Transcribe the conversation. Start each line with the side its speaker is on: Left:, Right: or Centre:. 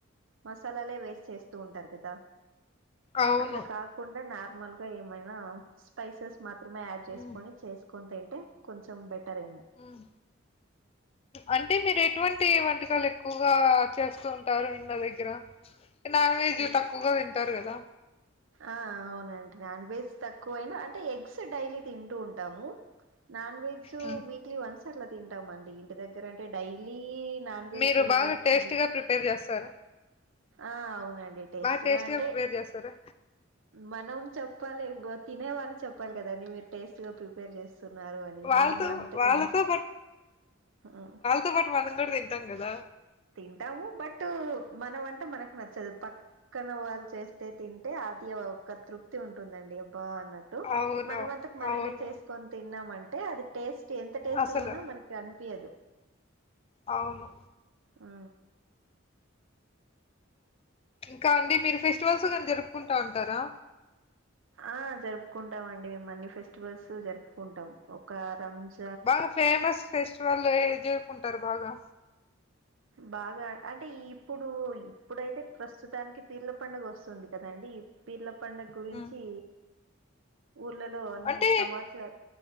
Right: మసాలాలే వేస్ట్ చేస్తూ ఉంటారు కదా
Left: అవును
Right: అట్లా కాకుండా నార్మల్ గా ఏమైనా స్పైసెస్ మాత్రమే యాడ్ చేసుకుని
Left: ఉమ్.
Right: చేసు కొంత ఏంటే కొంచెం బెటర్ ఏమో
Left: హ్మ్. అంటే మీరు ఎటువంటి వంటకాలు ఎక్కువగా చేస్తూ ఉంటారు ఇండ్ల దగ్గర నాన్ వెజ్
Right: ఈ
Left: తక్కువగా తింటారు కదా
Right: ఆ అవునండి నాన్ వెజ్ తక్కువైనా అంటే ఎగ్స్ డైలీ తింటూ ఉంటాము నాన్ వెజ్
Left: హ్మ్.
Right: వీక్లీ వన్స్ అట్ల తింటాంమండి ఇంటి దగ్గర టె డైలీ నాన్ వెెజ్
Left: మీరు
Right: తినడానికి
Left: బాగా టేస్టీగా ప్రిపేర్ చేస్తారా
Right: ఆ అవునండి టేస్ట్గా
Left: బా టేస్ట్
Right: అంటే
Left: గా ప్రిపేర్ చేస్తరా
Right: మనం చెప్పాలేంగ తినే వాళ్ళు చెప్పాలి కదా అండి మీరు టేస్ట్ గా ప్రిపేర్ చేస్ స్తున్నారు అని
Left: వాళ్ళతో
Right: మనం అంతక
Left: వాళ్ళతో
Right: మన ఆ
Left: తోపాటు మనం గుడ తింటాం గదా
Right: తింటాము బట్ మన వంట మనకు నచ్చదు ప క్కన వాళ్ళు చేస్తే తింటే అది ఒక తృప్తి మంచిగుటుందండి అబ్బా అన్నట్టు
Left: అవును.
Right: మనమంతకు మనమే
Left: అవును.
Right: చేసుకొని తిన్నామంటే అది టేస్ట్ ఎంత టెస్ట్
Left: అసలు
Right: గున్నా మనకి అనిపియదు
Left: అవును
Right: ఆ
Left: ఇంకా అండి మీరు ఫెస్టివల్స్ను జరుపుకుంటా ఉంటారా
Right: ఆ జరుపుకుంటాం అండి అన్ని ఫెస్టివల్స్ జరుపుకుంటాం ఒక రంజ
Left: బాగా ఫేమస్ ఫెస్టివల్లో ఏది జరుపుకుంటరు బాగా
Right: బాగా అంటే ఇప్పుడు ఇప్పుడైతే ప్రస్తుతానికి పీర్ల పండుగ వస్తుంది కదండి పీర్ల పండగ గురించి
Left: హ్మ్.
Right: ఊర్లలో అన్ని
Left: అంటే
Right: సమస్య